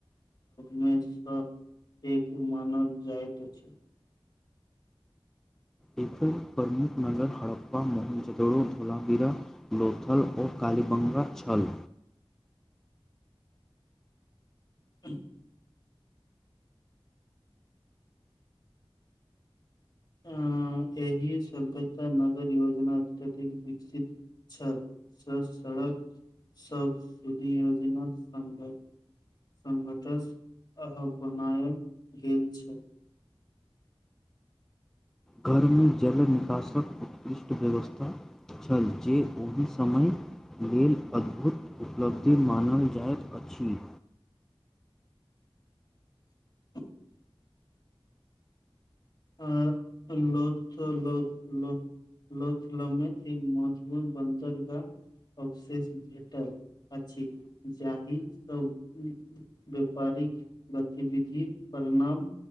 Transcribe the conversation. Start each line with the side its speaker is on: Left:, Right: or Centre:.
Left: मेश एक मानल जायइत छै
Centre: एकर प्रमुख नगर हड़प्पा मोहनजोदड़ो धोलाविरा लोथल ओ कालीबंगा छल
Left: ह्म <unintelligible> ह एहि सभ्यता नगर योजना अत्यधिक विकसित छल स सड़क सब सुधि योजना सघ संघटस अ बनाओल गेल छल
Centre: घरमे जल निकासक उत्कृष्ट व्यवस्था छल जे ओहि समय लेल अद्भुत उपलब्धि मानल जाएत अछि
Left: <inaudible> आ लो ल <unintelligible> लोचलमे मजपू बन्दरगाह <unintelligible> अवशेष भेटल अछि जाहि सभ व्यापार अछि गतिविधि परणाम